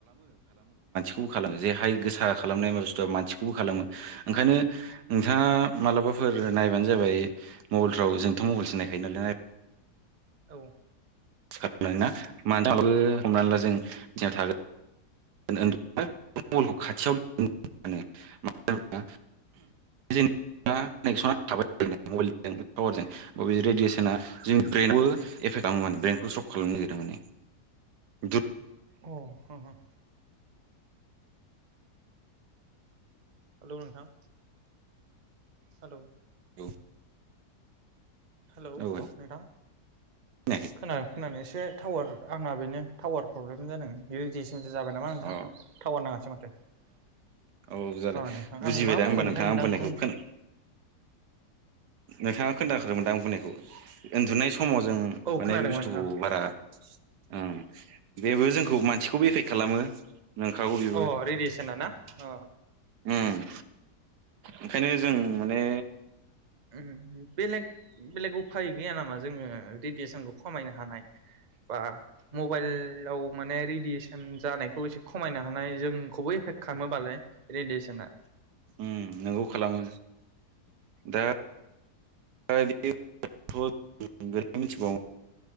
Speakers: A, on the right; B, on the right.
A: बेखौ खालामो जे हाय गोसा खालामनाया बुस्थु मानसिखौबो खालामो ओंखायनो नोंथाङा मालाबाफोर नायबानो जाबाय मबाइलफ्राव जोंथ' मबाइलसो नायखायो नालाय
B: औ
A: सिखारनाय ना मानो हमनानै ला जों थिया थागोन। <unintelligible> खाथियाव मा होना जेनेबा कानेकसना थाबाय बिदिनो मबेलजों पावारजों बे रेडियेसना जोंनि ब्रेनावबो एफेक्ट खालामो माने ब्रइेनखौ स्ट्रक खालामनो नागिरदों माने
B: अ हा हा हेलौ नोंथां। हेलौ
A: औ
B: हेलौ
A: औ
B: नोंथां
A: खोनायाखै
B: खोना खोनानो एसे टावार आंना बेनो टावार प्रब्लेम जादों। बेयो जेस दिनि जाबाय नामा नोंथां
A: अ
B: टावार नाङासै माथो अ
A: औ जादों
B: नोंथां
A: बुजिबाय
B: आं मा
A: दा
B: बुंदोंमोनथाय
A: होमबा नोंथाङा
B: नोंथांखौ?
A: आं बुंनायखौ खोना नोंथाङा खोन्दाखादोमोन दां आं बुंनायखौ उन्दुनाय सम समाव जों
B: औ
A: माने
B: खोनादोंमोन
A: बे बुस्थुखौ बारा उम बेबो जोंखौ मानसिखौबो इफेक खालामो नोंखागौ बेबो
B: अ रेडियेसना ना अ
A: उम ओंखायनो जों माने
B: उम उम बेलग बेलेग उब उफाय गैया नामा जोङो रेडियेसनखौ खमायनो हानाय बा मबाइलाव माने रेडियेसन जानायखौ एसे खमायनो हानाय जोंखौबो एफेक्ट खालामोबालाय रेडियेसना
A: उम नोंगौ खालामो दा दा इदि <unintelligible> मिथिगौ